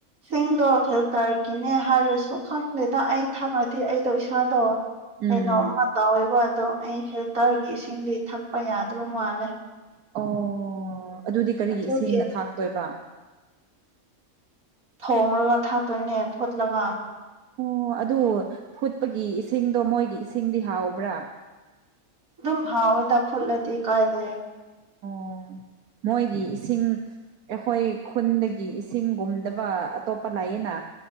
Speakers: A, on the right; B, on the right.
A: ꯁꯤꯡꯗꯣ ꯐꯤꯜꯇ꯭ꯔ ꯒꯤꯅꯦ ꯍꯥꯏꯔꯁꯨ ꯈꯪꯗꯦꯗ ꯑꯩ <unintelligible> ꯑꯩꯗꯣ ꯏꯁꯥꯗꯣ
B: ꯎꯝ
A: ꯀꯩꯅꯣꯝꯃ ꯇꯧꯋꯦꯕ ꯑꯗꯣ ꯑꯩ ꯐꯤꯜꯇ꯭ꯔꯒꯤ ꯏꯁꯤꯡꯗꯤ ꯊꯛꯄ ꯌꯥꯗꯕ ꯃꯥꯜꯂꯦ
B: ꯑꯣ ꯑꯗꯨꯗꯤ ꯀꯔꯤꯒꯤ
A: ꯑꯗꯨꯒꯤ
B: ꯏꯁꯤꯡꯅ ꯊꯥꯛꯇꯣꯏꯕ
A: ꯊꯣꯡꯔꯒ ꯊꯛꯇꯣꯏꯅꯦ ꯐꯨꯠꯂꯒ
B: ꯑꯣ ꯑꯗꯨ ꯐꯨꯠꯄꯒꯤ ꯏꯁꯤꯡꯗꯣ ꯃꯣꯏꯒꯤ ꯏꯁꯤꯡꯗꯤ ꯍꯥꯎꯕ꯭ꯔꯥ
A: ꯗꯨꯝ ꯍꯥꯎꯋꯦꯗ ꯐꯨꯠꯂꯗꯤ ꯀꯥꯏꯗꯦ
B: ꯎꯝ ꯃꯣꯏꯒꯤ ꯏꯁꯤꯡ ꯑꯦꯈꯣꯏ ꯈꯨꯟꯗꯒꯤ ꯏꯁꯤꯡꯒꯨꯝꯗꯕ ꯑꯇꯣꯞꯄ ꯂꯩꯌꯦꯅ